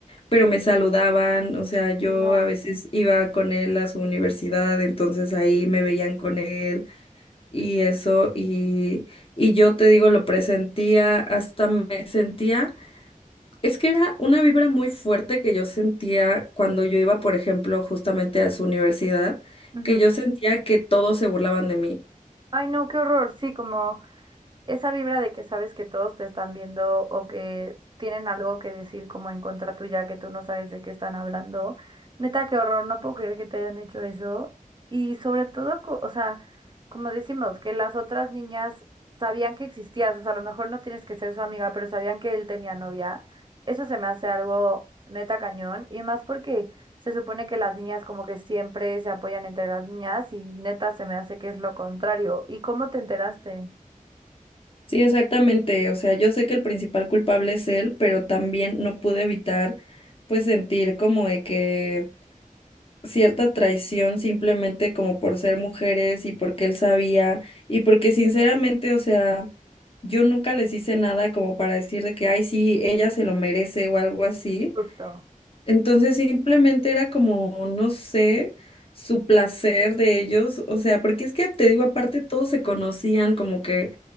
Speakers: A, on the left; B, on the right.
A: pero me saludaban, o sea, yo
B: No.
A: a veces iba con él a su universidad, entonces ahí me veían con él. y eso, y, y yo te digo, lo presentía, hasta me sentía, es que era una vibra muy fuerte que yo sentía cuando yo iba, por ejemplo, justamente a su universidad,
B: Ujú.
A: que yo sentía que todos se burlaban de mí.
B: Ay, no, qué horror, sí, como... esa vibra de que sabes que todos te están viendo o que tienen algo que decir como en contra tuya que tú no sabes de qué están hablando. Neta, qué horror, no puedo creer que te hayan hecho eso. Y sobre todo, co- o sea, como decimos, que las otras niñas sabían que existías, o sea, a lo mejor no tienes que ser su amiga, pero sabían que él tenía novia. Eso se me hace algo neta cañón y más porque se supone que las niñas como que siempre se apoyan entre las niñas y neta se me hace que es lo contrario. ¿Y cómo te enteraste?
A: Sí, exactamente, o sea, yo sé que el principal culpable es él, pero también no pude evitar, pues, sentir como de que cierta traición simplemente como por ser mujeres y porque él sabía y porque sinceramente, o sea, yo nunca les hice nada como para decir de que, ay, sí, ella se lo merece o algo así.
B: Justo.
A: Entonces simplemente era como, no sé, su placer de ellos, o sea, porque es que te digo, aparte todos se conocían como que